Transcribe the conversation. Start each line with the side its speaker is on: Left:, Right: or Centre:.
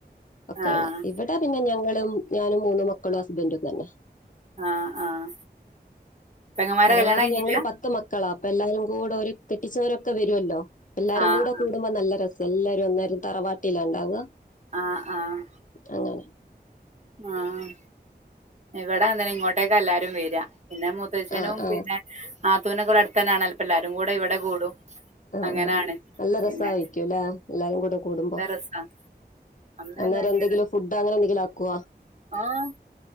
Left: ഒക്കെയുള്ള
Right: ആഹ്
Left: ഇവട പിന്നെ ഞങ്ങളും ഞാനും മൂന്നു മക്കളും ഹസ്ബൻഡും തന്നെ
Right: ആഹ് ആഹ് പെങ്ങമ്മാരെ
Left: തറവാടിൽ
Right: കല്യാണം കഴിഞ്ഞില്ല
Left: ഞങ്ങള് പത്ത് മക്കളാ അപ്പൊ എല്ലാരും കൂടെ ഒരു കെട്ടിച്ചവരൊക്കെ വരുമല്ലോ എല്ലാരും
Right: ആഹ്
Left: കൂടെ കൂടുമ്പോ നല്ല രസാ എല്ലാരും അന്നേരം തറവാട്ടിലാ ഇണ്ടാവ
Right: ആഹ് ആഹ്
Left: അങ്ങനെ
Right: ആഹ് ഇവടെം അങ്ങനെ ഇങ്ങോട്ടേക്ക എല്ലാരും വെര പിന്നെ മുത്തച്ഛനും
Left: ആ ആ ആ
Right: പിന്നെ നാത്തൂൻ ഒക്കെ ഇവടെ അടുത്ത് തന്നാണ് അപ്പം എല്ലാരും കൂടെ ഇവടെ കൂടും
Left: ആഹ്
Right: അങ്ങനാണ്
Left: നല്ല രസായിരിക്കൂല്ലേ
Right: പിന്നെ
Left: എല്ലാരും കൂടെ കൂടുമ്പോ
Right: രസാ അന്നെ
Left: അന്നേരം
Right: തന്നെ അങ്കി
Left: എന്തെങ്കിലും ഫുഡ് അങ്ങനെ എന്തെങ്കിലും ആക്കോ
Right: ആഹ്